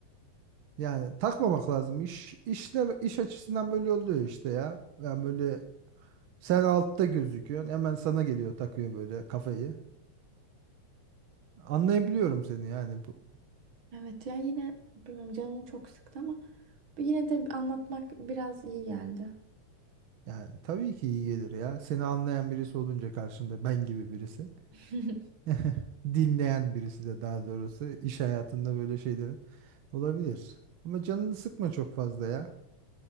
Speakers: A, on the right; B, on the right.
A: Yani takmamak lazım. İş, işler iş açısından böyle oluyor işte ya. Yani böyle sen altta gözüküyorsun hemen sana geliyor takıyor böyle kafayı. Anlayabiliyorum seni yani bu.
B: Evet ya yine bilmiyorum canımı çok sıktı ama yine de anlatmak biraz iyi geldi.
A: Yani tabii ki iyi gelir ya. Seni anlayan birisi olunca karşında ben gibi birisi.
B: <laughs>
A: <laughs> Dinleyen birisi de daha doğrusu iş hayatında böyle şeylerin olabilir. Ama canını sıkma çok fazla ya.